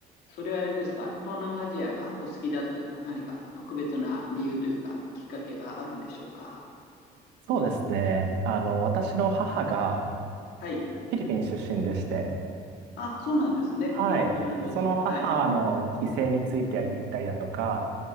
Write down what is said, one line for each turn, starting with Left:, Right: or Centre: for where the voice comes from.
Left: それはあれですか、東南アジアがお好きだっていうのは何か特別な理由というか、きっかけがあるんでしょうか
Right: そうですね。あの、私の母が
Left: はい。
Right: フィリピン出身でして、
Left: あ、そうなんですね。
Right: はい。
Left: なるほど、なるほど。
Right: その母の帰省について行ったりだとか、
Left: はい。